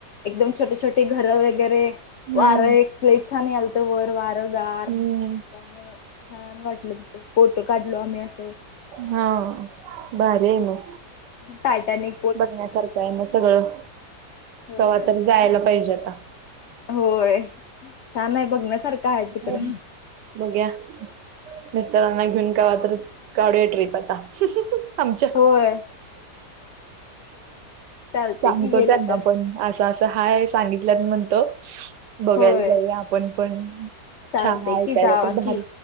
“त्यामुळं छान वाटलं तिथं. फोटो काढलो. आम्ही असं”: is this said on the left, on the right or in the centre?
Left